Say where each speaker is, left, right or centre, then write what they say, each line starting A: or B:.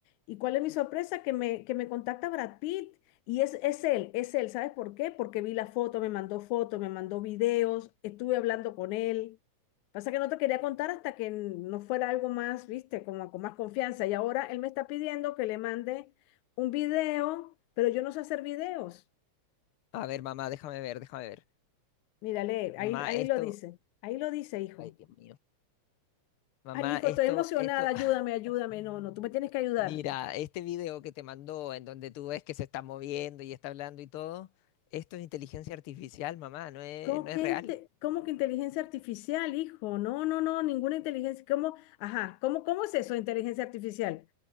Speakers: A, on the left; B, on the left.
A: y cuál es mi sorpresa, que me, que me contacta Brad Pitt. Y es, es él, es él. ¿Sabes por qué? Porque vi la foto, me mandó fotos, me mandó videos, estuve hablando con él. Pasa que no te quería contar hasta que no fuera algo más, viste, como con más confianza. Y ahora él me está pidiendo que le mande un video, pero yo no sé hacer videos.
B: A ver, mamá, déjame ver, déjame ver.
A: Mírale, ahí,
B: Mamá,
A: ahí
B: esto.
A: lo dice, ahí lo dice, hijo.
B: Ay, Dios mío. Mamá,
A: Ay, hijo,
B: esto,
A: estoy emocionada,
B: esto.
A: ayúdame,
B: <laughs>
A: ayúdame. No, no, tú me tienes que ayudar.
B: Mira, este video que te mandó, en donde tú ves que se está moviendo y está hablando y todo, esto es inteligencia artificial, mamá, no es,
A: ¿Cómo
B: no
A: que,
B: es real.
A: inte- cómo que inteligencia artificial, hijo? No, no, no, ninguna inteligencia. ¿Cómo? Ajá, ¿cómo, cómo es eso, inteligencia artificial?